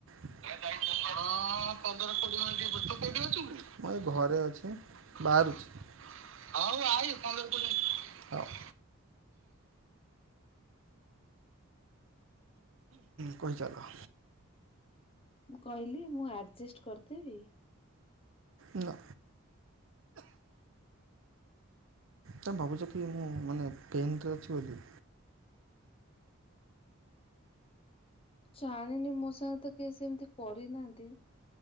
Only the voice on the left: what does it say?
ମୁଁ କହିଲି ମୁଁ ଆର୍ଜେଷ୍ଟ କରିଦେବି।
ଜାଣିନି ମୋ ସାଙ୍ଗେତ କେହି ସେମିତି କରିନାହାନ୍ତି।